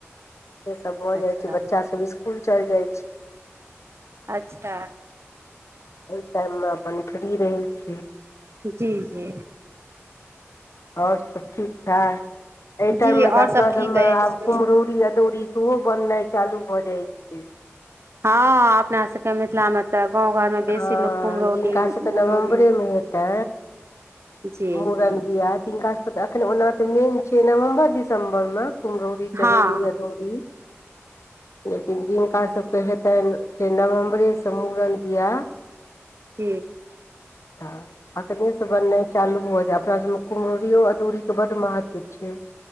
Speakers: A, on the left; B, on the right.
A: से सब भऽ जाय
B: अच्छा
A: छै बच्चा सब स्कूल चल जाय छै
B: अच्छा
A: ओइ टाइममे अपन फ्री रहै छी
B: जी जी
A: आओर सब ठीक ठाक एहिठम
B: जी
A: मे
B: आओर
A: तऽ अपना
B: सब ठीक
A: सबमे
B: अछि
A: आब कुम्हरौरी अदौरी सोहो बननाइ चालू भऽ जाइ छै।
B: हँ अपना सबके मिथिलामे तऽ गाँव घरमे बेसी
A: ह
B: लोक कुम्हरौरी
A: जिनका सभके
B: मुरौरी
A: नवम्बरेमे हेतै
B: जी
A: मुड़न
B: जी
A: बियाह तिनका सबके एखन ओना तऽ मेन छै। नवम्बर दिसम्बर मे कुम्हरौरी चरौड़ी
B: हँ
A: अदौरी लेकिन जिनका सबके हेतनि फेर नवम्बरे स मुड़न पिया
B: जी
A: ह एखनेसँ बननाइ चालू हो जाय अपना सभमे कुम्हररिओ अदूरीके बड महत्व छै